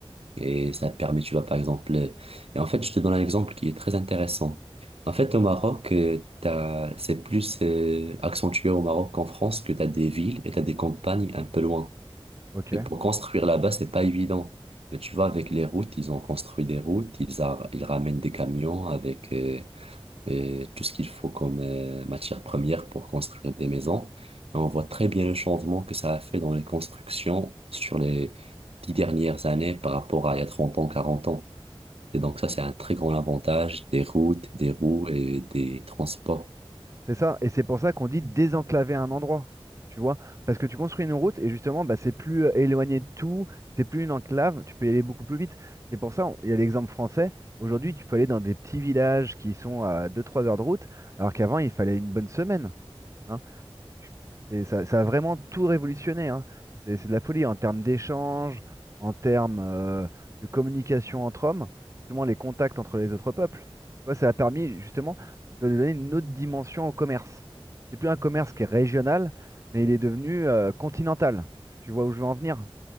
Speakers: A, on the right; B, on the right.
A: et ça te permet, tu vois, par exemple, euh, et en fait, je te donne un exemple qui est très intéressant. En fait, au Maroc, euh, t'as, c'est plus euh, accentué au Maroc qu'en France, que t'as des villes et t'as des campagnes un peu loin.
B: Ok.
A: Et pour construire là-bas, c'est pas évident. Mais tu vois, avec les routes, ils ont construit des routes, ils, a- ils ramènent des camions avec... euh, et tout ce qu'il faut comme euh, matière première pour construire des maisons. Et on voit très bien le changement que ça a fait dans les constructions sur les dix dernières années par rapport à il y a 30 ans, 40 ans. Et donc ça, c'est un très grand avantage des routes, des roues et des transports.
B: C'est ça, et c'est pour ça qu'on dit désenclaver un endroit, tu vois, parce que tu construis une route et justement, bah, c'est plus euh, éloigné de tout, c'est plus une enclave, tu peux y aller beaucoup plus vite. C'est pour ça, on- il y a l'exemple français, aujourd'hui tu peux aller dans des petits villages qui sont à deux-trois heures de route, alors qu'avant il fallait une bonne semaine. hein. C'est- Ça, ça a vraiment tout révolutionné, hein. C'est c'est de la folie en termes d'échanges, en termes euh, de communication entre hommes, justement les contacts entre les autres peuples. Tu vois, ça a permis justement de donner une autre dimension au commerce. C'est plus un commerce qui est régional, mais il est devenu euh, continental. Tu vois où je veux en venir?